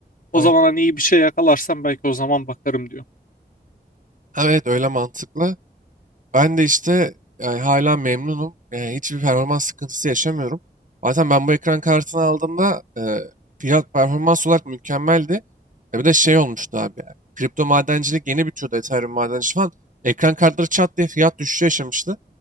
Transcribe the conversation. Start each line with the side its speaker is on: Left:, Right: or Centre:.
Left: O
Right: Aynen.
Left: zaman hani iyi bir şey yakalarsam belki o zaman bakarım diyor.
Right: Evet öyle mantıklı. Ben de işte yani hala memnunum. Yani hiçbir performans sıkıntısı yaşamıyorum. Zaten ben bu ekran kartını aldığımda e, fiyat performans olarak mükemmeldi. E bir de şey olmuştu abi yani. Kripto madencilik yeni bitiyordu Ethereum madenciliği falan. Ekran kartları çat diye fiyat düşüşü yaşamıştı.